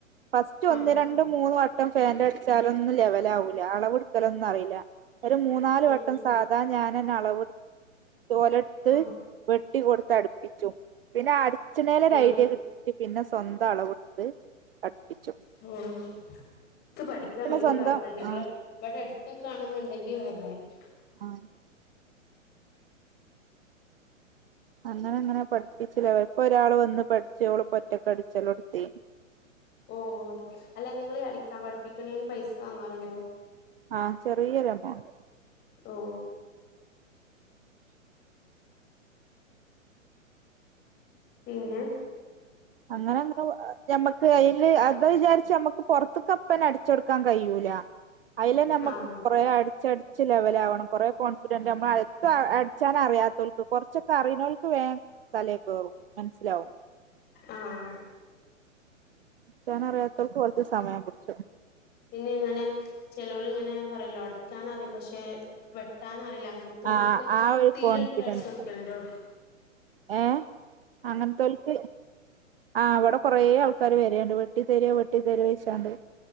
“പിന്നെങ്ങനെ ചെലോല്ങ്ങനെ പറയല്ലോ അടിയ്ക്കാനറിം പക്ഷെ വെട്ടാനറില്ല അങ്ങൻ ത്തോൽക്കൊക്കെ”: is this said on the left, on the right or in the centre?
Left